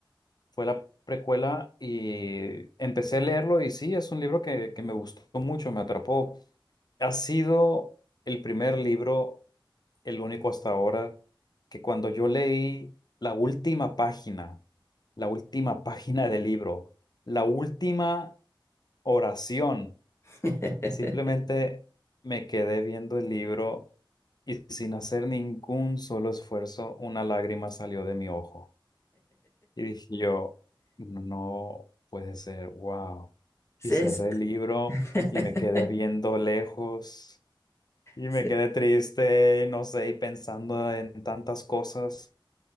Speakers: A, on the left (about 50°); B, on the left (about 30°).
A: Fue la precuela y empecé a leerlo y sí, es un libro que, que me gustó mucho, me atrapó. Ha sido el primer libro, el único hasta ahora, que cuando yo leí la última página, la última <laughs> página del libro, la última oración.
B: <laughs>
A: Simplemente me quedé viendo el libro y sin hacer ningún solo esfuerzo, una lágrima salió de mi ojo. Y dije yo, no puede ser, wow.
B: Sí,
A: Y cerré
B: es.
A: el libro
B: <laughs>
A: y me quedé viendo lejos y
B: Sí,
A: me quedé triste, y no sé, y pensando en tantas cosas